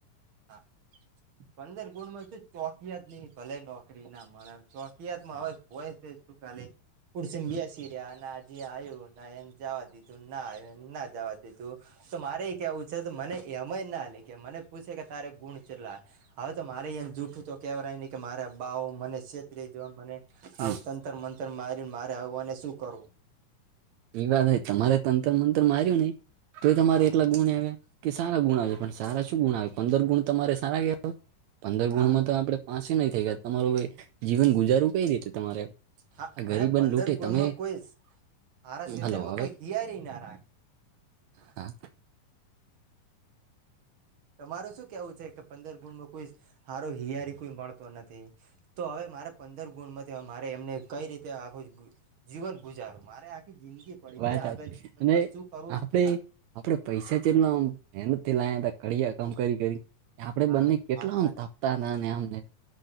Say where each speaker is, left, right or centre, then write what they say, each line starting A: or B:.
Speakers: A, on the right; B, on the right.
A: હા પંદર ગુણમાં ચોકિયા જ નઈ ભલે નો. ચકરી ના મળે ચોકીયાતમાં હવે હોય છે શું કાલે. પુરસેને બીસી રહ્યા ના હજી આવ્યું ના એમ જવા દીધું ના આવ્યું એમ ના જવા દધું. તું તો મારે કેવું છે તો મને એમ જ ના લે કે મને પૂછે કે તારે ગુણ ચલા. હવે તો મારે અ જૂઠું તો કેહેવાય નહી કે મારા બાઉ મને છેત્રી જોન મને.
B: હા
A: આવ તંતર મંતર મારી મારે આવવાને શું કરું.
B: એ વાત ન તમારે તંતર મંતર માર્યું નહી તો તમારે
A: હા
B: એટલા ગુણ આવ્યા. કે સારા ગુણ આવે છે પણ સારા શું ગુણ આવે પંદર ગુણ તમારે સારા કેવા હોય પંદર
A: હા
B: ગુણમાં તો આપડણે. પાસે નહી થઈ ગયા તમારું જીવન ગુજારું કઈ રીતે તમારે.
A: હા
B: આ
A: મને
B: ગરીબન
A: પંદર
B: લૂટે
A: ગુણમાં
B: તમે
A: કોઈ સારા કષેતરમાં
B: હલો હવે
A: કોઈ હિયારી ના રાખે.
B: હા.
A: તમારું શું કેવું છે કે પંદર ગુણમાં કોઈ સારો હિયારી કોઈ મળતો નથી. તો હવે મારે પંદર ગુણ માંથી મારે એમને કઈ રીતે આખું જીવન ગુજાવ. મારે આખી જિંદગી પડી
B: વાત
A: છે આગળ જીવનમાં
B: અને
A: શું કરવું
B: આપડે
A: શું ના કર.
B: આપડે પૈસા છેટલા આમ એ નથી લાવયા ત કિયા કામ કરી કરી. આપડે
A: હા
B: બંને કેટલા
A: વાત સાચી
B: અંત આપ. નેમને